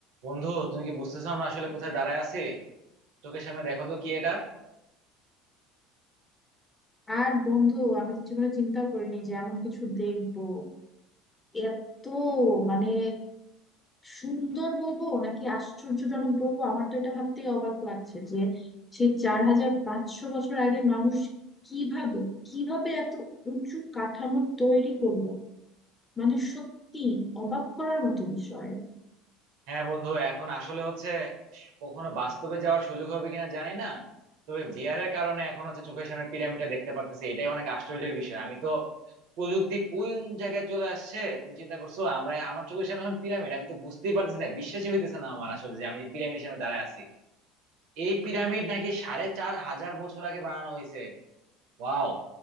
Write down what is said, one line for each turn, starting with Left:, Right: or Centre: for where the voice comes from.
Right: বন্ধু তুমি কি বুঝতেছো আমরা আসলে কোথায় দাঁড়ায় আছি চোখের সামনে দেখো তো কি এটা
Left: আর বন্ধু আমি তো জীবনে চিন্তাও করিনি যে এমন কিছু দেখবো এত মানে সুন্দর বলবো নাকি আশ্চর্যজনক বলবো আমার তো এটা ভাবতেই অবাক লাগছে যে সেই চার হাজার পাঁচশো বছর আগে মানুষ কিভাবে কিভাবে এত উঁচু কাঠামো তৈরি করলো মানে সত্যি অবাক করার মতো বিষয়
Right: হ্যাঁ বন্ধু এখন আসলে হচ্ছে কখনো বাস্তবে যাওয়ার সুযোগ হবে কিনা জানি না তবে ভিআর এর কারণে এখন হচ্ছে চোখের সামনে পিরামিডটা দেখতে পারতেছি এটাই অনেক আশ্চর্যের বিষয় আমি তো প্রযুক্তি কোন জায়গায় চলে আসছে তুমি চিন্তা করছো আমরা আমার চোখের সামনে এখন পিরামিড আমি তো বুঝতেই পারতেছি না বিশ্বাসই হইতেছে না আমার আসলে যে আমি পিরামিডের সামনে দাঁড়ায় আছি এই পিরামিড নাকি সাড়ে চার হাজার বছর আগে বানানো হয়েছে ওয়াও